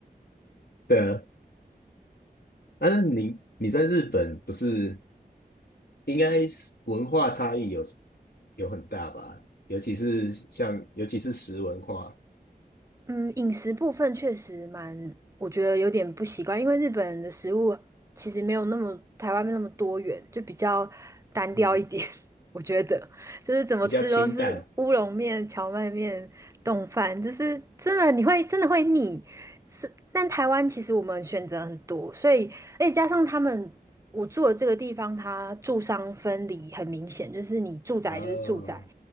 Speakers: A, on the left; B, on the right.
A: 对啊，但是你你在日本不是应该是文化差异有有很大吧？尤其是像尤其是食文化，
B: 嗯，饮食部分确实蛮，我觉得有点不习惯，因为日本人的食物其实没有那么台湾那么多元，就比较单调一点。
A: 嗯，
B: <laughs> 我觉得就是怎么吃都是乌龙面、
A: 比较清淡。
B: 荞麦面、冻饭，就是真的你会真的会腻。是，但台湾其实我们选择很多，所以而且加上他们我住的这个地方，它住商分离很明显，就是你住宅就是住宅。
A: 哦，